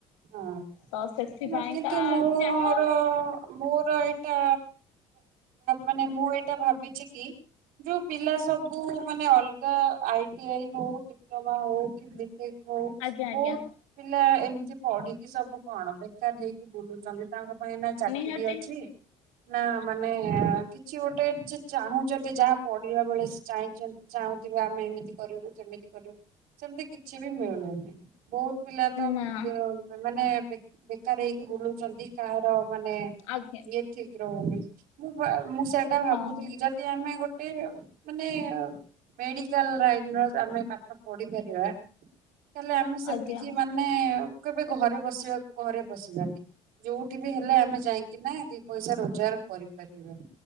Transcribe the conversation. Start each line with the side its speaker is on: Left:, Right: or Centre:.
Right: ହଁ
Left: ତ ସେଥିପାଇଁକା
Right: ମାନେ କିନ୍ତୁ ମୋର
Left: ଯାହା
Right: ମୋର ଏଇଟା ମାନେ ମୁଁ ଏଇଟା ଭାବିଛି କି? ଯୋଉ ପିଲା ସବୁ ମାନେ ଅଲଗା ଆଇ ଟି ଆଇ ହଉ ଡି ଡିପ୍ଲୋମା ହଉ କି ବି ଟେକ୍। ହଉ
Left: ଆଜ୍ଞା ଆଜ୍ଞା
Right: ବହୁତ ପିଲା ଏମିତି ପଢିକି ସବୁ କଣ ବେକାର ହେଇକି ବୁଲୁଛନ୍ତି। ତାଙ୍କ ପାଇଁ ନା ଚାକିରି
Left: ନିହାତି
Right: ଅଛି ନା ମାନେ କିଛି ଗୋଟେ ଚି ଚାହୁଁଛନ୍ତି ଯାହା ପଢିବାବେଳେ ଚାଁ ଚାହୁଁଥିବେ ଆମେ ଏମିତି କରିବୁ ସେମିତି କରିବୁ। ସେମିତି କିଛି ବି ମିଳୁନି ବହୁତ ପିଲା ତ
Left: ନା
Right: ମାନେ ବେକାର ହେଇକି ବୁଲୁଛନ୍ତି? କାହାର ମାନେ
Left: ଆଜ୍ଞା
Right: ଇଏ ଠିକ ରହୁନି ମୁଁ ମୁଁ ସେଇଟା ଭାବୁଥିଲି
Left: ହଁ।
Right: ଯେ ଆମେ ଗୋଟେ ମାନେ ମେଡିକାଲ ଲାଇନର ଆମେ ପାଠ ପଢିପାରିବା ତାଲେ ଆମେ ସେତିକି
Left: ଆଜ୍ଞା
Right: ମାନେ କେବେ ଘରେ ବସିବା ଘରେ ବସିବାନି ଯୋଉଠି ବି ହେଲେ ଆମେ ଯାଇକି ନା ପଇସା ରୋଜଗାର କରିପାରିବା